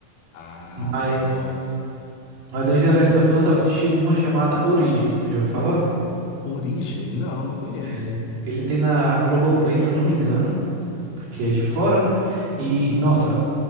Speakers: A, on the left; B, on the right.
A: Ah,
B: Mas,
A: legal.
B: mas antes de The Last
A: É
B: of Us, eu estava assistindo uma chamada Origem. Você já ouviu falar?
A: Origem? Não, não conheço.
B: É. Ele tem na Globoplay, se eu não me engano, porque é de fora, né? E,
A: Uhum.
B: nossa,